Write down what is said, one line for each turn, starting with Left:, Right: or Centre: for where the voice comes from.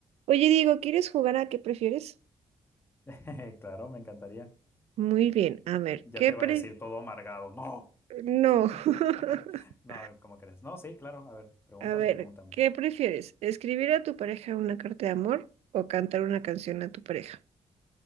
Right: Oye, Diego, ¿quieres jugar a qué prefieres?
Left: <laughs> Claro, me encantaría.
Right: Muy bien, a ver,
Left: Ya
Right: ¿qué
Left: te
Right: pre...
Left: va a decir todo amargado. No.
Right: No. <laughs>
Left: <laughs> No, ¿cómo crees? No, sí, claro. A ver, pregúntame,
Right: A ver,
Left: pregúntame.
Right: ¿qué prefieres? ¿Escribir a tu pareja una carta de amor o cantar una canción a tu pareja?